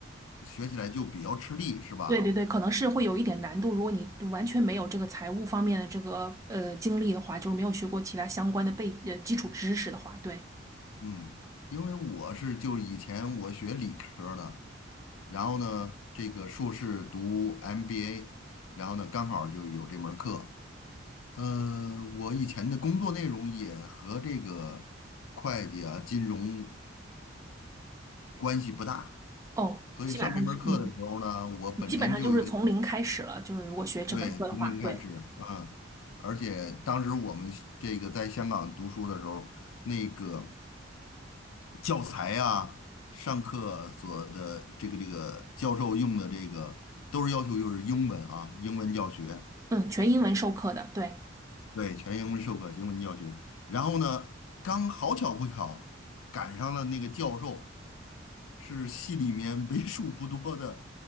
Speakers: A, on the left; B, on the right.
A: 学起来就比较吃力，是吧？
B: 对对对，可能是会有一点难度，如果你完全没有这个财务方面的这个呃经历的话，就是没有学过其他相关的背呃基础知识的话，对。
A: 嗯，因为我是就以前我学理科儿的，然后呢，这个硕士读 MBA，然后呢，刚好就有这门儿课。呃，我以前的工作内容也和这个会计啊、金融关系不大，
B: 哦，
A: 所以上这门儿课的时候呢，
B: 基本上就嗯，
A: 我本身就有点。
B: 基本上就是从零开始了，就是如果学这门课的话，
A: 对，从零开始，
B: 对，
A: 嗯，而且当时我们这个在香港读书的时候，那个教材啊，上课所的这个这个教授用的这个都是要求就是英文啊，英文教学，
B: 嗯，全英文授课的，对。
A: 对，全英文授课，英文教学。然后呢，刚好巧不巧赶上了那个教授是系里面为数不多的